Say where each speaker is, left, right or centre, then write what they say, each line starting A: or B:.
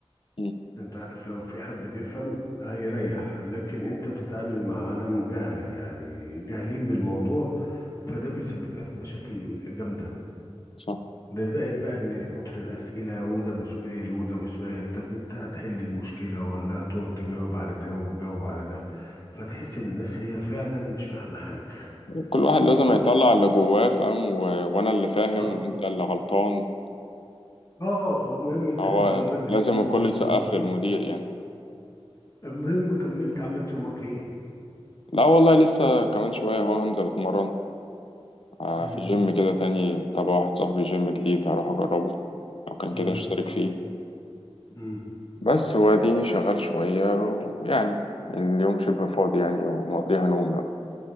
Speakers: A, on the left; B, on the left.
A: مم.
B: انت عارف لو في حد بيفهم هيريح لكن انت بتتعامل مع عالم جهلة يعني جاهلين بالموضوع فده بيسبب لك مشاكل جامدة
A: صح
B: ده زائد بقى ان كتر الاسئلة وده بسؤال وده بسؤال طب انت هتحل المشكلة ولا هتقعد تجاوب على ده وتجاوب على ده فتحس ان الناس هي فعلا مش فاهمة حاجة
A: كل واحد لازم
B: الم...
A: يطلع اللي جواه فاهم و... وأنا اللي فاهم
B: اه
A: وأنت اللي غلطان
B: آه، المهم انت
A: هو
B: كم عملت
A: لازم
B: ايه
A: الكل
B: كملت
A: يسقف
B: يومك
A: للمدير يعني
B: المهم كملت عملت يومك ايه
A: لا والله لسه كمان شوية هو هنزل أتمرن آه،
B: امم
A: في جيم كده تاني تبع واحد صاحبي جيم جديد هروح أجربه لو كان
B: امم
A: كده اشترك فيه
B: امم
A: بس هو اديني شغال شوية ويعني اليوم شبه فاضي يعني ومقضيها نوم بقى